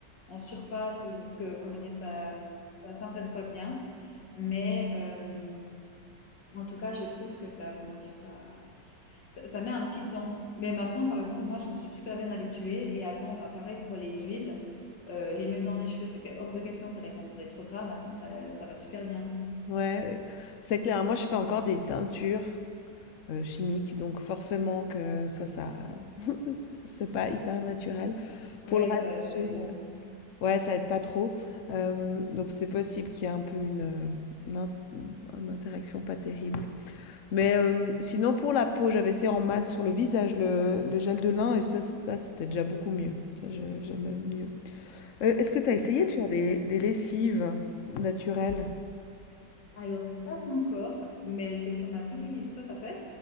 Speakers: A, on the left; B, on the left.
A: en surface ou que, comment dire, ça ça s'entraîne pas bien. Mais euh, en tout cas, je trouve que ça, comment dire, ça, ça, ça met un petit temps. Mais maintenant, par exemple, moi, je me suis super bien habituée. Et avant, bah, pareil pour les huiles, euh, les mettre dans les cheveux, c'était hors de question, ça les rendait trop gras. Maintenant, ça, ça va super bien.
B: ouais, c'est clair. Moi, je fais encore des teintures. euh, chimiques. Donc forcément que ça, ça, <laughs> c'est pas hyper naturel.
A: Ouais,
B: Pour le reste,
A: ça, ça
B: je-
A: aide
B: ouais,
A: pas.
B: ouais, ça aide pas trop. Euh, donc c'est possible qu'il y ait un peu une, euh, une in- une interaction pas terrible. Mais euh, sinon pour la peau, j'avais essayé en masse sur le visage le, le gel de lin et ça, ça c'était déjà beaucoup mieux. Ça, je- j'aimais mieux. Euh, est-ce que tu as essayé
A: Ouais.
B: de faire des, des lessives naturelles?
A: Alors, pas encore, mais c'est sur ma to-do list. Toi, t'as fait?